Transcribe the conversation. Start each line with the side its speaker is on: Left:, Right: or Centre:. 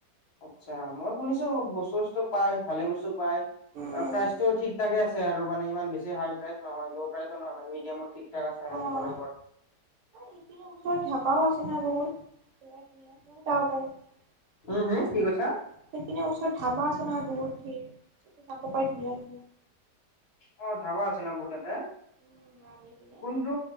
Left: আচ্ছা মই শুনিছোঁ বস্তু চস্তু পাই ভালে বস্তু পায়।
Right: উম
Left: আৰু প্ৰাইচতো ঠিক থাকে আছে আৰু মানে ইমান বেছি হাই প্ৰাইচ নহয় ল' প্ৰাইচো নহয় মান মিডিয়ামত ঠিক ঠাক আছে আৰু
Right: অহ,
Left: এনেকুৱা টাইপৰ।
Right: এইপিনে ওচৰত ধাবাও আছে নহয় বহুত। ধুনীয়া তাতেও যাব পাৰি। সেইপিনে
Left: উম হুম কি কৈছা?
Right: ওচৰত ধাবা আছে নহয় বহুতখিনি। তাতে চাব পাই ধুনীয়া ধুনীয়া।
Left: অহ ধাবা আছে ন বহত তাতে,
Right: উম ৰান্ধি পিনে
Left: কোনটো